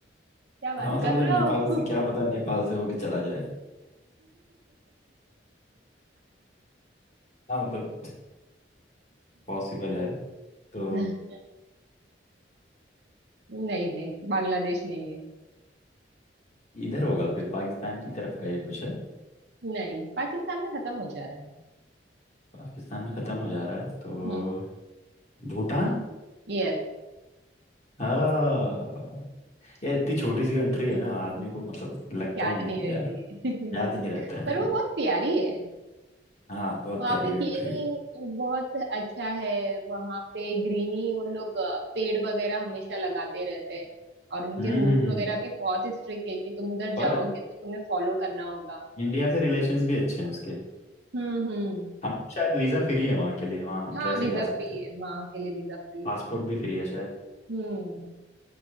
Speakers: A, on the right; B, on the left.
A: क्या बात
B: हाँ मतलब
A: कर
B: उधर
A: रहे
B: नेपाल
A: हो
B: से क्या पता नेपाल से होके चला जाए हाँ मतलब पॉसिबल है तो
A: <laughs> नहीं नहीं बांग्लादेश नहीं है
B: इधर होगा फिर पाकिस्तान की तरफ का ये कुछ है
A: नहीं पाकिस्तान में खत्म हो जा रहा है
B: पाकिस्तान में खत्म हो जा रहा है तो
A: हम्म
B: भूटान
A: यस
B: हाँ यार इतनी छोटी सी कंट्री है ना आदमी को मतलब लगता
A: याद
B: ही नहीं
A: नहीं
B: है कि
A: रहती
B: यार
A: है <laughs>
B: याद ही नहीं रहता है
A: पर
B: <laughs>
A: वो बहुत प्यारी है
B: हाँ बहुत
A: वहाँ
B: प्यारी
A: पे क्लीनिंग
B: कंट्री है
A: बहुत अच्छा है वहाँ पे ग्रीनी उन लोग अ, पेड़ वगैरह हमेशा लगाते रहते हैं और उनके
B: हम्म
A: रूल्स
B: हम्म हम्म
A: वगैरह
B: हम्म।
A: भी बहुत स्ट्रिक्ट है कि तुम उधर
B: और
A: जाओगे तो तुम्हें फॉलो करना होगा
B: इंडिया से रिलेशंस भी अच्छे हैं उसके
A: हम्म हम्म
B: हम लोग शायद वीज़ा फ्री है वहाँ के लिए वहाँ मतलब
A: हाँ
B: ऐसे
A: वीजा
B: ही जा सकते
A: फ्री
B: हैं
A: है वहाँ के लिए वीजा फ्री है
B: पासपोर्ट भी फ्री है शायद
A: हम्म